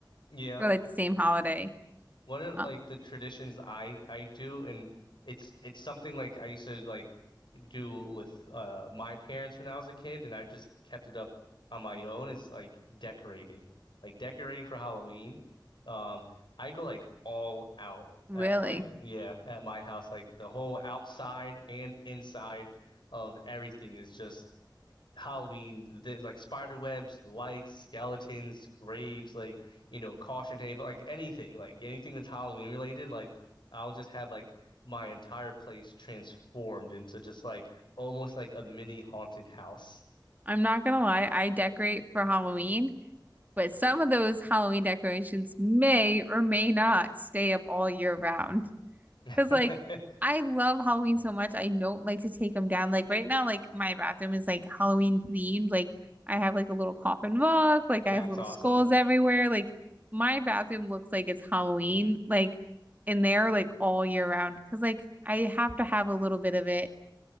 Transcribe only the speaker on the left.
Yeah.
One of
like the traditions I I do and it's it's something like I used to like do with uh, my parents when I was a kid, and i just kept it up on my own is like decorating, like decorating for Halloween. Um, I go like all out
at like yeah at my house, like the whole outside and inside of everything is just Halloween, the, like spider webs, lights, skeletons, graves, like, you know, caution tape, like anything, like anything that's Halloween related, like I'll just have like my entire place transformed into just like almost like a mini haunted house.
<laughs>
That's
awesome.